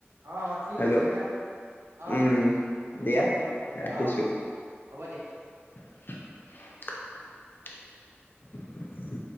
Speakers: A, on the right; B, on the left.
A: অঁ-অ, ঠিক
B: হেল্ল'
A: আছে দিয়া। অহ
B: উম দিয়া
A: হ'ব।
B: ৰাখিছো
A: অ-অ হ'ব দিয়া।
B: <inaudible> <inaudible>